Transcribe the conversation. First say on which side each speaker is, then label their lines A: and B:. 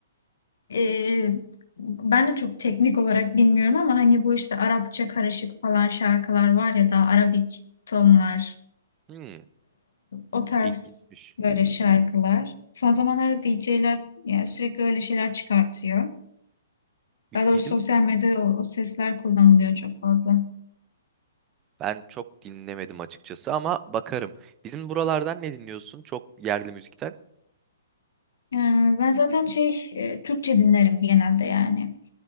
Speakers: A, on the left (about 60°); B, on the right (about 25°).
A: Ee, ben de çok teknik olarak bilmiyorum ama hani bu işte Arapça karışık falan şarkılar var ya da Arabik tonlar,
B: Hmm,
A: o tarz
B: ilginçmiş.
A: böyle şarkılar. Son zamanlarda D J'ler yani sürekli öyle şeyler çıkartıyor.
B: Bi-
A: Daha doğrusu
B: Bizim
A: sosyal medyada o, o sesler kullanılıyor çok fazla.
B: ben çok dinlemedim açıkçası ama bakarım. Bizim buralardan ne dinliyorsun? Çok yerli müzikten.
A: Ee, ben zaten şey e, Türkçe dinlerim genelde yani.